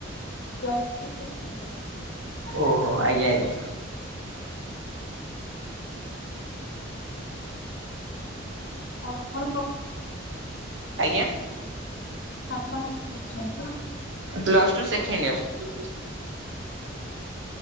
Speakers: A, on the left; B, on the right.
A: Plus three second year.
B: ଓହୋ! ଆଜ୍ଞା ଆଜ୍ଞା।
A: ଆଉ ଆପଣ କଣ
B: ଆଜ୍ଞା।
A: ଆପଣ କଣ କରୁଛନ୍ତି?
B: Plus two second year.